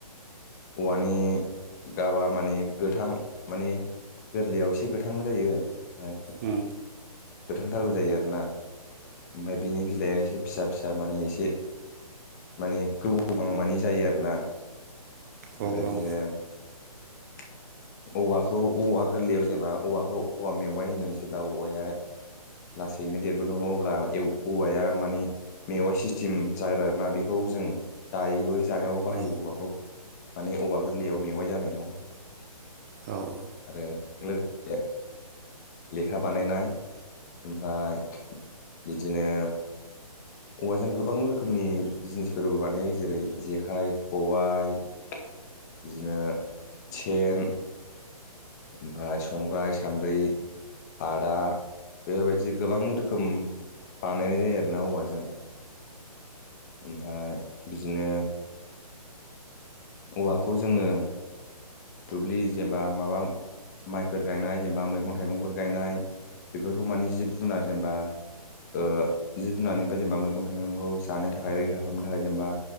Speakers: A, on the left; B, on the right.
A: औवानि गाबा माने गोथां माने गोरलैयाव एसे गोथां जायो <unintelligible>
B: उम
A: गोथांथारबो जायो आरोना। ओमफाय बिनि बिलाइया एसे फिसा फिसा माने एसे माने गोबावहांमानि जायो आरोना‌। ओमफ्राय
B: औ
A: बिदिनो
B: औ
A: <inaudible> औवाखौ औवा गोरलैयाव जेनबा औवाखौ औवा मेवाइ होनो जेब्ला औवाया लासैनो देरबोदों अब्ला ए औवाया माने मेवाइ सिस्टेम जाग्रा आरोना बेखौ जों जायोबो जानायावबो बाहायो
B: औ
A: औवाखौ। माने औवा गोरलैयाव मेवाइ जानायखौ।
B: औ
A: आरो लोगोसे लेखा बानायनाय ओमफ्राय बिदिनो औवाजों गोबां रोखोमनि जिनिसफोरबो बानायो। जेरै जेखाइ खबाइ बिदिनो सेन ओमफाय स संग्राय सान्द्रि खादा बेफोरबायदि गोबां रोखोम बानायनाय जायो आरोना औवाजों। ओमफाय बिदिनो औवाखौ जोङो दुब्लि जेनेबा माबा माइफोर गायनाय जेनेबा मैगं थाइगंफोर गायनाय बेफोरखौ माने जिब जुनार जेनेबा ओ जिब जुनरनिफ्राय जेनेबा मैगं थाइगंखौ जानो थाखाय रैखा खालामनो थाखाय जेनेबा